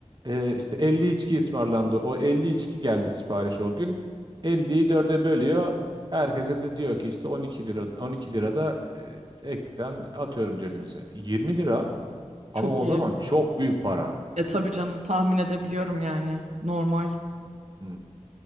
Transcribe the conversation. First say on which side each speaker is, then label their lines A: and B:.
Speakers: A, on the right; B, on the right.
A: e, işte 50 içki ısmarlandı. O 50 içki geldi sipariş o gün. Elli'yi dörde bölüyor. Herkese de diyor ki işte on iki lira 12 lira da e, ekten atıyorum cebinize. Yirmi lira
B: Çok
A: ama o
B: iyi.
A: zaman çok büyük para.
B: E tabii canım tahmin edebiliyorum yani. Normal.
A: Hı.